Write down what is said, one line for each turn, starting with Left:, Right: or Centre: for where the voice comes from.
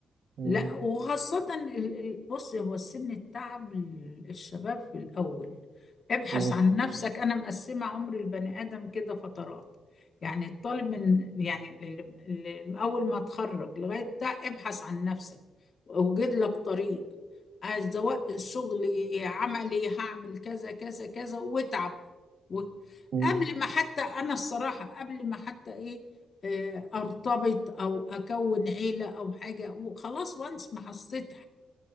Right: مم.
Left: لا وخاصة ال- ال- بص هو السن التعب ال- الشباب في الأول ابحث
Right: مم.
Left: عن نفسك أنا مقسمة عمر البني آدم كده فترات يعني الطالب من يعني ال- ال- أول ما تخرج لغاية بتاع ابحث عن نفسك وأوجد لك طريق عايز سواء شغلي عملي هعمل كذا كذا كذا واتعب و-
Right: مم.
Left: قبل ما حتى أنا الصراحة قبل ما حتى إيه آه، ارتبط او اكون عيله او حاجه وخلاص وانس ما حسيت